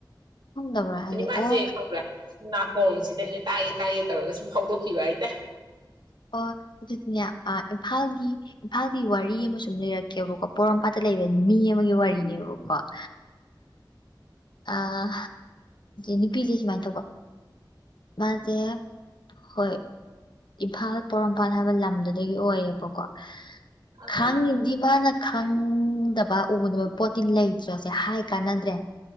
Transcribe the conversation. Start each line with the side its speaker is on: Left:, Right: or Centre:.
Left: ꯈꯪꯗꯕ꯭ꯔꯥ ꯍꯥꯏꯁꯦ
Right: ꯑꯗꯩ ꯃꯥꯁꯦ
Left: ꯑꯣ
Right: ꯈꯪꯕꯔꯥ ꯈꯣꯡꯁꯤꯗꯅꯦ ꯇꯥꯒꯦ ꯇꯥꯒꯦ ꯇꯧꯔꯒ ꯁꯨꯝ ꯐꯥꯎꯗꯣꯛꯈꯤꯕ ꯍꯥꯏꯇꯥꯏ
Left: ꯑꯣ ꯑꯗꯨꯗꯤꯅꯦ ꯑ ꯏꯝꯐꯥꯜꯒꯤ ꯏꯝꯐꯥꯜꯒꯤ ꯋꯥꯔꯤ ꯑꯃ ꯁꯨꯝ ꯂꯩꯔꯛꯀꯦꯕꯀꯣ ꯄꯣꯔꯣꯝꯄꯥꯠꯇ ꯂꯩꯕ ꯃꯤ ꯑꯃꯒꯤ ꯋꯥꯔꯤꯅꯦꯕꯀꯣ <unintelligible> ꯑꯥ ꯅꯨꯄꯤꯁꯦ ꯁꯨꯃꯥꯏꯅ ꯇꯧꯕ ꯃꯥꯖꯦ ꯍꯣꯏ ꯏꯝꯐꯥꯜ ꯄꯣꯔꯣꯝꯄꯥꯠ ꯍꯥꯏꯕ ꯂꯝꯗꯨꯗꯒꯤ ꯑꯣꯏꯌꯦꯕꯀꯣ
Right: ꯑꯥ
Left: ꯈꯪꯉꯤꯗꯤ ꯃꯥꯅ ꯈꯪꯗꯕ ꯎꯗꯕ ꯄꯣꯠꯇꯤ ꯂꯩꯇ꯭ꯔꯁꯦ ꯍꯥꯏ ꯀꯥꯟꯅꯗ꯭ꯔꯦ <inaudible>